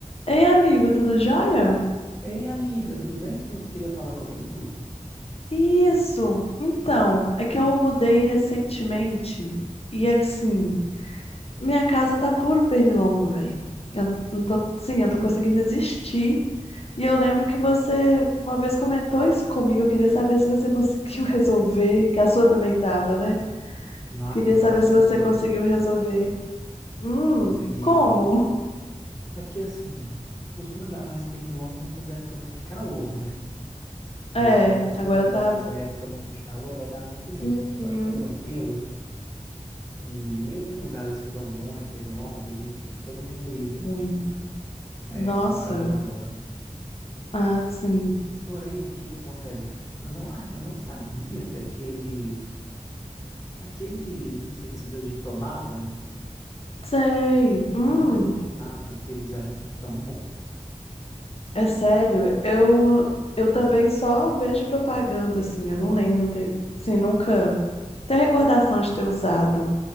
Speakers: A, on the left; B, on the left.
A: Ei, amigo, tudo jóia?
B: Ei, amiga, tudo bem? Você falou que queria falar comigo?
A: Isso. Então, é que eu mudei recentemente e assim, minha casa tá puro pernilongo, velho. Eu não tô, sim, eu não tô conseguindo existir. E eu lembro que você uma vez comentou isso comigo. Eu queria saber se você conseguiu <laughs> resolver, que a sua também tava, né?
B: Não, amiga,
A: Queria saber
B: consegui.
A: se você conseguiu resolver. Hum,
B: Consegui,
A: como?
B: viu? É porque assim, costuma dar mais pernilongo nessas épocas mais de calor, né? Aí
A: É,
B: agora, como
A: agora
B: você mudou
A: tá
B: nessa época muito de calor, vai dar muito mesmo,
A: Uhum.
B: mas pode ficar tranquila que mesmo os lugares que dão muito pernilongo, eles dão uma diminuída,
A: muito.
B: né,
A: Nossa.
B: quando o calor vai embora.
A: Ah, sim.
B: Porém, o que que acontece? Eu não, a- eu não sabia que aqueles, aqueles inseticidas de tomada,
A: Sei. Hum,
B: eu não imaginava que eles eram tão bons.
A: é sério. Eu eu também só vejo propaganda assim, eu não lembro, não tenho, assim, nunca tenho recordação de ter usado.